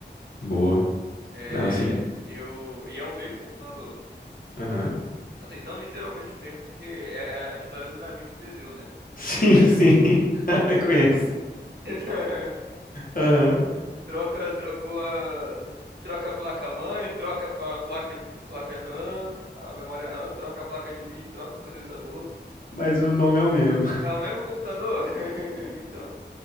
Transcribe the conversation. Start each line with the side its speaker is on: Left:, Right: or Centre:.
Left: Boa.
Right: É,
Left: Não, assim.
Right: eu, e é o mesmo computador.
Left: Aham.
Right: Assim, não literalmente o mesmo, porque é, é a história do navio de Teseu, né? Não
Left: <laughs>
Right: sei
Left: Sim,
Right: se tu conhece.
Left: sim. <laughs> Conheço.
Right: <laughs>
Left: Aham.
Right: Troca, trocou a, troca a placa-mãe, troca a placa, placa RAM, a memória RAM, troca a placa de vídeo, troca o processador.
Left: Mas o nome é o mesmo.
Right: É o mesmo computador? <laughs> Então,